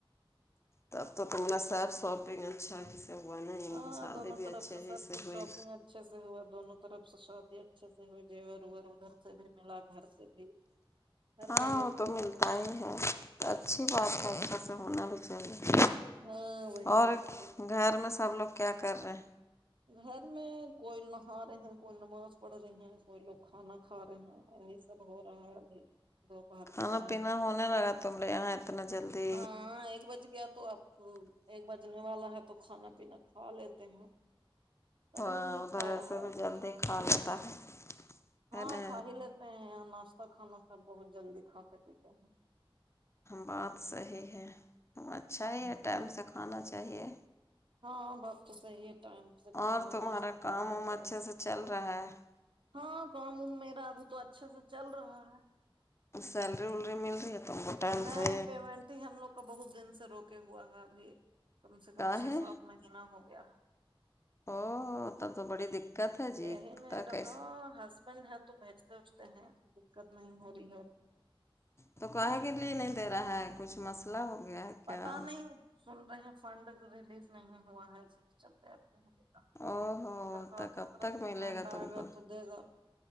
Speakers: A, on the left (about 30°); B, on the right (about 60°).
A: تب تو تم سب ساپگ اچھا تو ہوا ن
B: ہاں
A: سادے
B: دونوں
A: بھی
B: طرف
A: اچھے ہے
B: سب
A: سے
B: کچھ
A: ہوئی
B: شاپنگ اچھے سے ہوا دونوں طرف سے شادی اچھے سے ہوئی جیور اور ادھر سے بھی ملا گھر سے بھی ہر
A: ہاں
B: جگہ
A: وہ
B: سے
A: تو ملتا
B: ہاں
A: ہی ہے اچھی بات ہے اچھے سے ہونا بھی چاہیے
B: ہاں وہی
A: اور
B: بات ہے
A: گھر میں سب لوگ کیا کر رہے
B: گھر میں کوئی نہا رہے ہیں کوئی نماز پڑھ رہے ہیں کوئی لوگ کھانا کھا رہے ہیں یہی سب ہو رہا ہے ابھی دوپہر
A: کھانا
B: کا ٹائم
A: پینا
B: ہے
A: ہونے
B: تو
A: لگا تمرے یہاں اتنا جلدی
B: ہاں ایک بج گیا تو آپ ہ ایک بجنے والا ہے تو کھانا پینا کھا لیتے ہیں سب
A: اور
B: لوگ نہیں
A: ادھر
B: کھایا
A: ایسے
B: ہے
A: بھی
B: ابھی
A: جلدی
B: ہاں
A: کھا لیتا ہے
B: ہاں
A: ہے نا
B: کھا ہی لیتے ہیں یہ ناشتہ کھانا سب بہت جلدی کھاتے پیتے ہیں
A: بات صحیح ہے اچھا
B: ہیں
A: ہی ہے ٹائم سے کھانا چاہیے
B: ہاںاں بات تو صحیح ہے ٹائم سے
A: اور
B: کھانا
A: تمہارا
B: ناشتہ
A: کام
B: کرنا
A: وام
B: چاہیے
A: اچھے سے چل رہا ہے
B: ہاں کام ا میرا ابھی تو اچھے سے چل رہا ہے
A: سیلری ولری مل رہی ہے تم کو ٹائم
B: نہیں
A: سے
B: پیمنٹ ی ہم لوگ کا بہت دن سے روکے ہوا ہے ابھی کم سے کم
A: کا
B: چھ
A: ہے
B: سات مہینہ ہو گیا ہے
A: او تب تو بڑی دقت ہے
B: دہ
A: جی
B: میں
A: تا
B: رہاں
A: کیسے
B: ہسبینڈ ہے تو بیجتے اجتے ہیں دقت نہیں ہو رہی ہے ا
A: تو کہے کہ لیے نہیں دے رہا ہے کچھ مسئلہ ہو گیا ہے کیا
B: پتا نہیں سن رہے ہیں فنڈ ریلیز نہیں ہوا ہے اسی کے چلتے اب ہو
A: او ہو
B: سرکار
A: تو
B: کی
A: کب
B: طرف
A: تک
B: سپینڈ
A: ملے تم
B: آئے گا
A: کو
B: تو دے گا